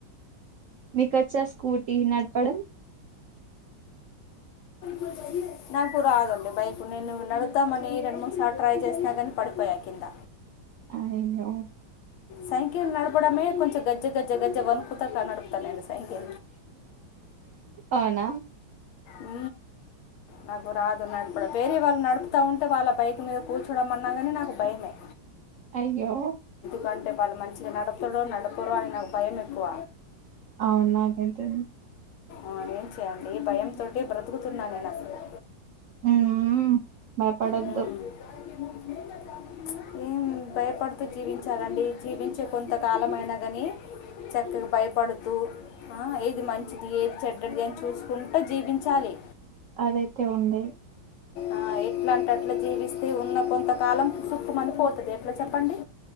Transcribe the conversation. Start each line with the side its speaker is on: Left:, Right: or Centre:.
Right: మీకొచ్చా స్కూటీ నడపడం
Left: <inaudible> నాకు రాదండి బైక్ నేను నడుతామని రెండు మూడు సార్లు ట్రై చేసినా కానీ పడిపోయా కింద
Right: అయ్యో
Left: సైకిల్ నడపడమే కొంచెం గజ్జ గజ్జ గజ్జ వనుకుతా నడపుతానండి సైకిల్
Right: అవునా
Left: ఉ నాకు రాదు నడపడం వేరే వాళ్ళు నడుపుతూ ఉంటే వాళ్ళ బైక్ మీద కూర్చోడం అన్నా కానీ నాకు భయమే
Right: అయ్యో
Left: కంటే వాళ్ళు మంచిగా నడుపుతరో నడపురు అని నాకు భయం ఎక్కువ
Right: అవును నాకు అంతే
Left: ఆవునేం చేయండి ఈ భయ తోటి బ్రతుకుతున్నా నేను అసలు
Right: ఉ భయపడద్దు
Left: మ్మ్. <inaudible> ఏం భయపడుతూ జీవించాలండి జీవించే కొంతకాలమైన కానీ చక్కగా భయపడుతూ ఏది మంచిది ఏది చెడ్ది అని చూసుకుంటూ జీవించ చాలి
Right: అదైతే ఉంది
Left: ఆ ఎట్లా అంటే అట్లా జీవిస్తే ఉన్న కొంతకాలం సుక్కు మనిపోతుంది ఎట్లా చెప్పండి